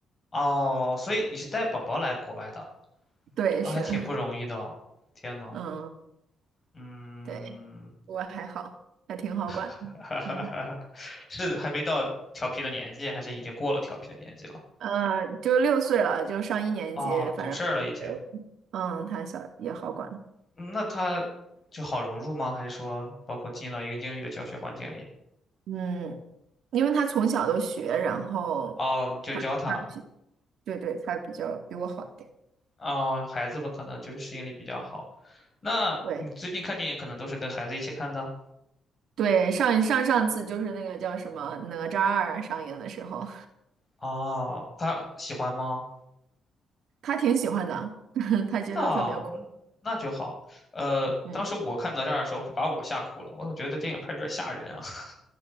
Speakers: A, on the left; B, on the right.
A: 哦，所以你是带宝宝来国外的，
B: 对，
A: 那还挺不容易的哦。
B: 是，
A: 天呐，
B: 嗯，
A: 嗯，
B: 对，我还好，还挺好管的嗯，
A: <laughs> 哈哈哈哈是还没到调皮的年纪，还是已经过了调皮的年纪了？
B: 呃就六岁了，就上一年级，
A: 哦，
B: 反正对
A: 懂事儿了已经。
B: 嗯，他小也好管。
A: 嗯那他就好融入吗？还是说包括进了一个英语的教学环境里？
B: 嗯，因为他从小都学，然后他他比
A: 哦，你就教他。
B: 对对，他比较比我好一点。
A: 哦，孩子们可能就是适应力比较好。那你最近看电影可能都是跟孩子一起看的？
B: 对对，上上上次就是那个叫什么《哪吒二》上映的时候。
A: 哦，他喜欢吗？
B: 他挺喜欢的，<laughs> 他觉得特别酷。
A: 那那就好。呃，
B: 嗯，
A: 当时我看哪吒的时候，快把我吓哭了。我总觉得这电影拍的有点吓人啊。<laughs>